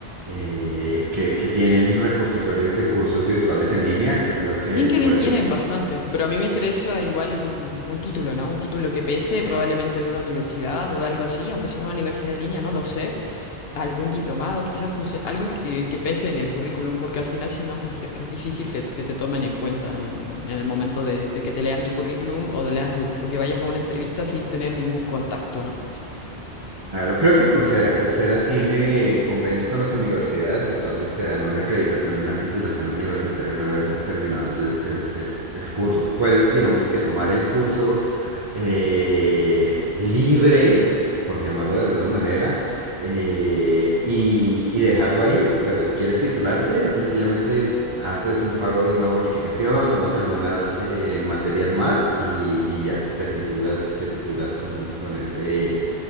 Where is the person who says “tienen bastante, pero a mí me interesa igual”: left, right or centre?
Left